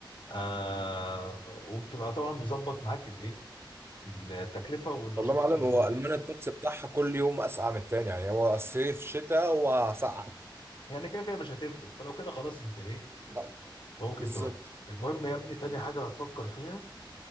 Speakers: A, on the left; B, on the right.
A: آه وبتبقى طبعا مظبط معاك الايه التكلفه والنشاطات
B: والله يا معلم
A: اللي
B: هو
A: بت-
B: المانيا الطقس بتاعها كل يوم اسقع من التاني يعني هو صيف شتاء هو سقع
A: يعني كده كده مش هتفرق فلو كده خلاص انت ايه
B: لا،
A: ممكن
B: بالظبط
A: تودي المهم يا ابني تاني حاجه هتفكر فيها